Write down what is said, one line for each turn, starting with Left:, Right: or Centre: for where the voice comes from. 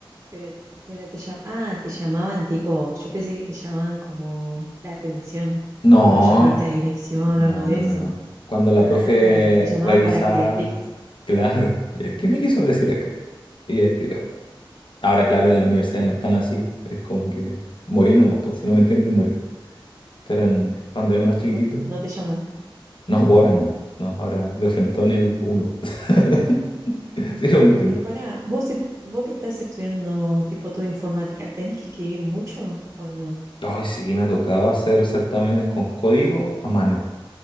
Right: Pero, pero te llamaban, ah, te llamaban tipo, yo pensé que te llamaban como la atención,
Left: No,
Right: tipo de llamarte a dirección
Left: no,
Right: o algo de
Left: no,
Right: eso.
Left: no, no. Cuando la
Right: Ah,
Left: profe
Right: te llamaban
Left: revisaba,
Right: para que le expliques.
Left: claro, ¿y
Right: Ujú.
Left: qué me quiso decir acá? Y ya explicaba. Ahora, claro, en la universidad no están así. Es como que morí nomás, pues, si no me entiendes, morí. Pero en- cuando era más chiquitito,
Right: No, no te llaman.
Left: no, pues ahora no. No, ahora de frentón el uno. <laughs> Si no me entiendes.
Right: Pero pará, vos, e- vos que estás estudiando tipo todo informática, ¿tenés que escribir mucho o no?
Left: Ay, sí, me tocaba hacer certámenes con código a mano.